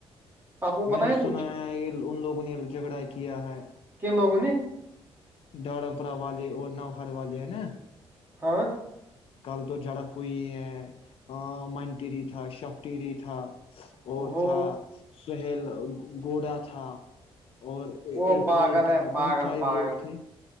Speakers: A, on the right; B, on the left.
A: آپ کو
B: میں
A: پتا
B: نے
A: ہے
B: سنا
A: کچھ
B: ہے ان لوگوں نے جھگڑا کیا ہے
A: کن لوگوں نے
B: درمپرا والے اور خرواجائے نا
A: ہاں
B: کل تو جڑپ ہوئی ہے منٹیری تھا شب ٹیری تھا اور
A: وہ
B: تھا سہیل گوڑا تھا اور
A: وہ
B: ارپول
A: پاگل
B: تھا
A: ہے پاگل
B: بہت سارے
A: پاگل
B: لوگ تھے